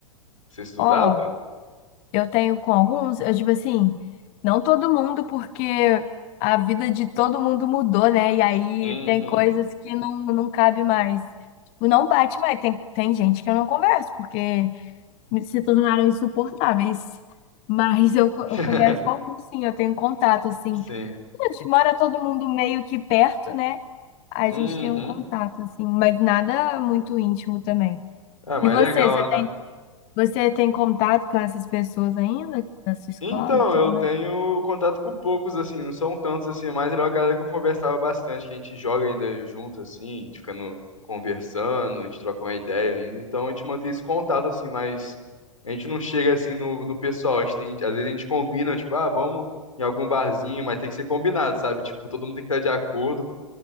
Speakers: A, on the left (about 80°); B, on the left (about 35°).
A: que você estudava?
B: Ó. Eu tenho com alguns, eu digo assim, não todo mundo, porque a vida de todo mundo mudou, né? E aí
A: Uhum.
B: tem coisas que não, não cabe mais. Tipo, não bate mais. Tem, tem gente que eu não converso, porque me- se tornaram insuportáveis. Mas eu, co-
A: <laughs>
B: eu converso com alguns, sim, eu tenho contato, assim.
A: Sim.
B: A gente Mora todo mundo meio que perto, né? A
A: Uhum.
B: gente tem um contato, assim, mas nada muito íntimo também.
A: Ah, mas
B: E você,
A: legal,
B: você
A: né?
B: você tem contato com essas pessoas ainda na sua escola
A: Então,
B: e tudo
A: eu
B: mais?
A: tenho contato com poucos, assim, não são tantos, assim, mas era uma galera que eu conversava bastante, que a gente joga ainda junto, assim, a gente fica no conversando, a gente troca uma ideia ainda, então a gente mantém esse contato, assim, mas a gente não chega, assim, no, no pessoal, a gente tem- às vezes a gente combina, tipo, ah, vamos em algum barzinho, mas tem que ser combinado, sabe? Tipo, todo mundo tem que estar de acordo